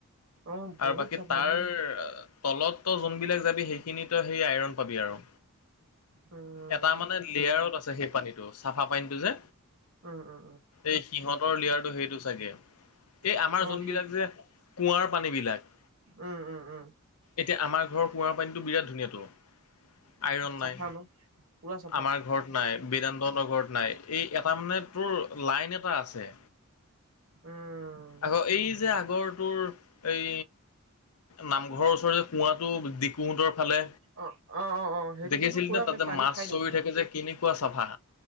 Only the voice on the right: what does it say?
অ বহুত
চাফা
ভাই
উম
উ, উ।
অ
সি
উম উম উম
চাফা ন পুৰা চাফা
উম
অ অ অ অ সেইটোতো
পুৰা
পানী
খাই দিওঁ